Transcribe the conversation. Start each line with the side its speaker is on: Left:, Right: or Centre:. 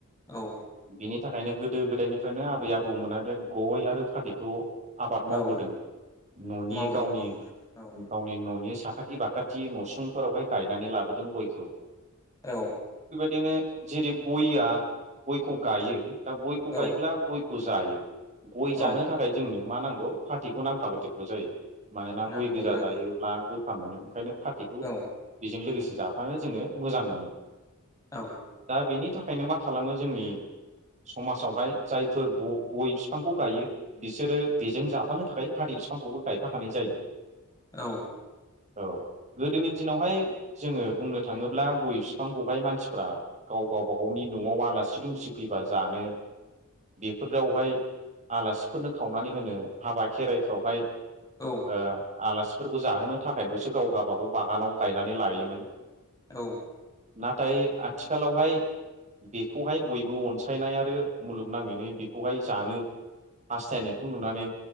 Left: औ
Right: बिनि थाखायनो गो गोदो गोदायनिफ्रायनो आबै आबौमोना बे गय आरो फाथैखौ आबाद मावबोदों
Left: औ
Right: न'नि
Left: मावदों
Right: गावनि
Left: मावदों
Right: गावनि न'नि सा साखाथि बाखाथि नसुंफोरावहाय गायनानै लाबोदों गयखौ।
Left: औ।
Right: बिदिनो जेरै गयआ गयखौ गयो दा गयखौ
Left: औ
Right: गायोब्ला गय खौ जायो गय
Left: औ
Right: जानो थाखाय जोंनो मा नांगौ फाथैखौ नांफा देरगौ जायो। मानोना
Left: नांगौ
Right: गय गोजा
Left: नांगौ
Right: जायोब्ला गोफा मोनो ओंखायनो फाथैखौ
Left: औ
Right: बेजों लोगोसे जाफानो जोङो मोजां मोनो
Left: औ
Right: दा बेनि थाखायनो मा खालामो जोंनि समाजावहाय जायफोर गय बिफांखौ गायो बिसोरो बेजों जाफानो थाखाय फाथै बिफांखौबो गायफाखानाय जायो।
Left: औ।
Right: औ गोदोनि दिनावहाय जोङो बुंनो थाङोब्ला गय बिफां मानसिफ्रा गाव गावबा गावनि न'आव आलासि दुमसि फैबा जानो बेफोरावहाय आलासिफोरनो खावनानै होनो हाबा खेराइफ्रावहाय
Left: औ
Right: ओ आलासि फोरखौ जाहोनो थाखायल'सो गाव गावबागाव बागानाव गायनानै लायोमोन
Left: औ।
Right: नाथाय आथिखालावहाय बेखौहाय बयबो अनसायनाय आरो मुलुगनाङैनो बेखौहाय जानो हास्थायनायखौ नुनानै